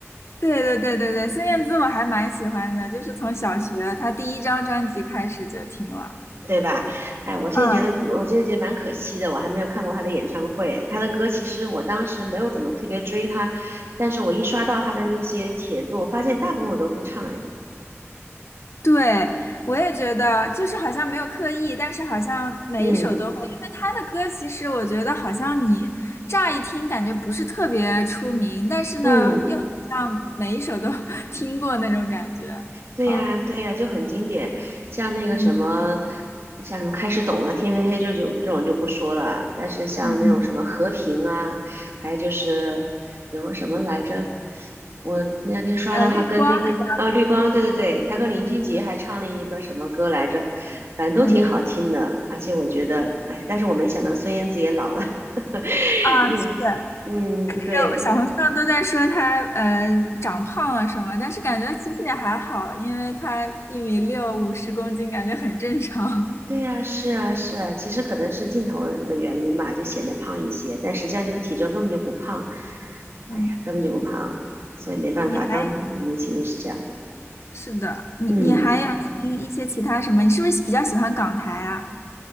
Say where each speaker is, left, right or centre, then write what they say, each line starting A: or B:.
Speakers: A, on the left; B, on the right.
A: 对对对对对，孙燕姿我还蛮喜欢的，就是从小学她第一张专辑开始就听了。
B: 对吧？哎，我现在觉得，
A: 嗯。
B: 我现在觉得蛮可惜的，我还没有看过她的演唱会。她的歌其实我当时没有怎么特别追她，但是我一刷到她的那些帖子，我发现大部分我都会唱。哎，
A: 对，我也觉得，就是好像没有刻意，但是好像每一首都会，
B: 嗯。
A: 因为他的歌其实我觉得好像你乍一听感觉不是特别出名，但是呢，
B: 嗯，
A: 又好像每一首都 <laughs> 听过那种感觉。
B: 对呀，
A: 啊、
B: 对呀，就很经典，像那个什么，
A: 嗯
B: 像什么开始懂了，天黑黑这种这种就不说了，但是像那种什么和平啊，
A: 嗯嗯，
B: 还有就是有个什么来着，我那两天刷到他跟那个啊绿光，
A: 呃，绿光那个
B: 对对对，他跟林俊杰还唱了一个什么歌来着，反正都挺好听的，
A: 嗯
B: 而且我觉得，哎呀，但是我没想到孙燕姿也老了，<laughs>
A: 啊，
B: 你有，
A: 是，
B: 嗯，
A: 就小红书上都在说他呃长胖了什么，
B: 对。
A: 但是感觉其实也还好，因为他一米六，五十公斤，感觉很正常。
B: 对呀，是啊，是啊，其实可能是镜头的原因吧，就显得胖一些，但实际上这个体重根本就不胖，
A: <laughs>
B: 哎呀，
A: 嗯。
B: 根本就不胖，所以没办法，
A: 你还？
B: 当明星就是这样。
A: 是的，你你还有听一些其他什么？
B: 嗯
A: 你是不是比较喜欢港台啊？